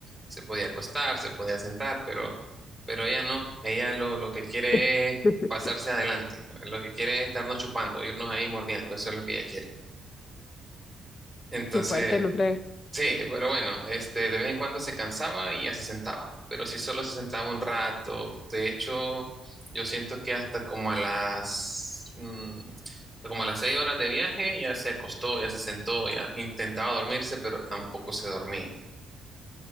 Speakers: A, in the centre; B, on the left.
A: se podía acostar, se podía sentar, pero, pero ella no, ella lo, lo que quiere
B: <laughs>
A: es pasarse adelante, lo que quiere es estarnos chupando, irnos ahí mordiendo, eso es lo que ella quiere. Entonces,
B: Qué fuerte, no fregues.
A: Sí, pero bueno, este, de vez en cuando se cansaba y ya se sentaba, pero si solo se sentaba un rato, de hecho, yo siento que hasta como a las, mm, como a las seis horas de viaje ya se acostó, ya se sentó, ya intentaba dormirse, pero tampoco se dormía.